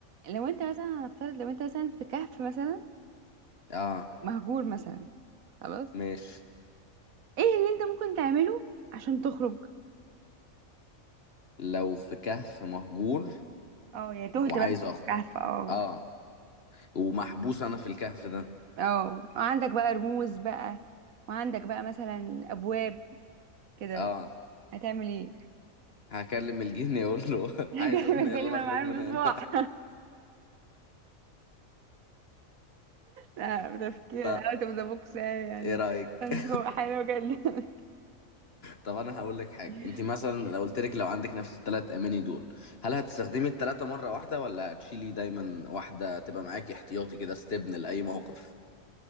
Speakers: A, on the right; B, on the left.
A: لو انت مثلا هنفترض لو انت مثلا في كهف مثلا
B: اه
A: مهجور مثلا خلاص
B: ماشي
A: ايه اللي انت ممكن تعمله عشان تخرج
B: لو في كهف مهجور
A: اه يا تهت
B: وعايز
A: بقى في
B: اخرج
A: الكهف اه
B: اه ومحبوس انا في الكهف ده
A: اه وعندك بقى رموز بقى وعندك بقى مثلا ابواب كده
B: اه
A: هتعمل ايه
B: هكلم الجن يقول له
A: <laughs>
B: <laughs>
A: جالي
B: عايز امنية
A: جالي
B: اللي انا
A: وانا
B: اخرج
A: معايا
B: من
A: المصباح
B: هنا
A: <laughs> لا بتفكير
B: <laughs> طب
A: اوت اوف ذا بوكس يعني
B: ايه رايك
A: <laughs>
B: <laughs>
A: هو حلو جدا
B: طب انا هقول لك حاجه
A: <laughs>
B: انت مثلا لو قلت لك لو عندك نفس الثلاث اماني دول هل هتستخدمي الثلاثه مره واحده ولا هتشيلي دايما واحده تبقى معاكي احتياطي كده استبن لاي موقف